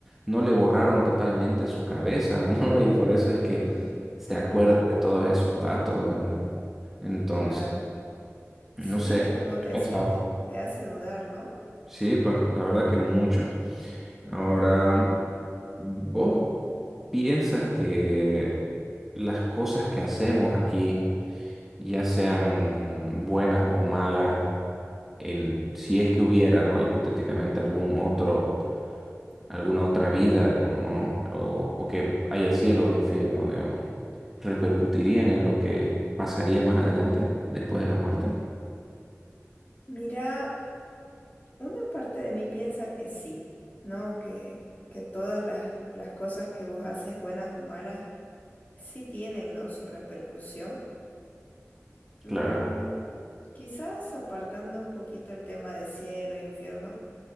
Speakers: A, in the centre; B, on the left.
A: no le borraron totalmente su cabeza, ¿no? <laughs> Y por eso es
B: Ujú,
A: que se acuerda
B: mm,
A: de todos esos datos. em. Entonces,
B: Claro. Sí,
A: no sé,
B: es como te
A: ¿qué pensaba?
B: decía, te, te hace dudar, ¿no?
A: Sí, pues, la verdad que mucho.
B: Ujú.
A: Ahora, ¿vos piensas que las cosas que hacemos aquí ya sean buenas o malas, en, si es que hubiera, ¿no? Hipotéticamente algún otro, alguna otra vida, digamos, ¿no? O, o que haya cielo o infierno, digamos, ¿repercutirían en lo que pasaría más adelante, después de la muerte?
B: Mira, una parte de mí piensa que sí, ¿no? Que, que todas las, las cosas que vos haces, buenas o malas, sí tienen, ¿no? Su repercusión. Mm,
A: Claro.
B: Quizás apartando un poquito el tema de cielo e infierno,